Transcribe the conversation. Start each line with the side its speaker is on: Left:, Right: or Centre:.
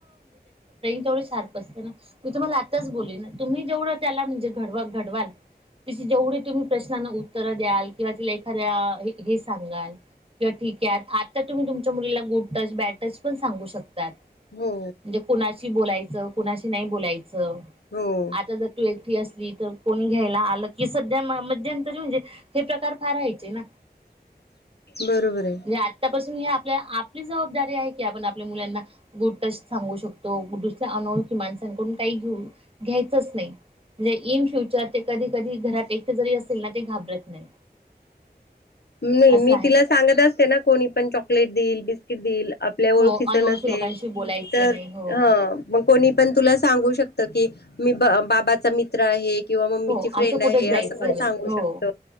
Right: तेवढे शार्प असतात ना, मी तुम्हाला आत्ताच बोलले ना, तुम्ही जेवढं त्याला घडवाल, तशी जेवढे तुम्ही प्रश्नांना उत्तरे द्यालकिंवा त्याला एखाद्या ही सांगाल, किंवा ठीक आहे आत्ता तुम्ही तुमच्या मुलीला गुड टच बॅड टच पण सांगू शकतात
Left: हो.
Right: म्हणजे कुणाशी बोलायचं कुणाशी नाही बोलायच.
Left: हो
Right: आता जर ती एकटी अस ली तर कोणी घ्यायला आलं कि सध्या मध्यंतरी म्हणजे हे प्रकार फार व्हायचे ना.
Left: बरोबर आहे.
Right: हे आतापासून हे हे आपली जबाबदारी आहे. की आपण आपल्या मुलांना गुड टच सांगू शकतो दुसऱ्या अनोळखी माणसांकडून काही घेऊ घ्यायचच नाही म्हणजे इन फ्युचर ते कधी कधी घरात एकटे जरी असेल ना ते घाबरत नाही.
Left: नाही मी
Right: असं आहे.
Left: तिला सांगत असते ना कोणी पण चॉकलेट देईल -- बिस्कीट दिल- - आपल्या ओळखीच
Right: हो अनोळखी
Left: नसेल
Right: लोकांशी बोलायचं
Left: तर
Right: नाही हो.
Left: हा मग कोणी पण तुला सांगू शकत की मी ब बाबाचा मित्र आहे. किंवा मम्मीची
Right: हो
Left: फ्रेंड
Right: असं कुठेच
Left: आहे
Right: जायचं
Left: असं पण
Right: नाही
Left: सांगू
Right: हो
Left: शकत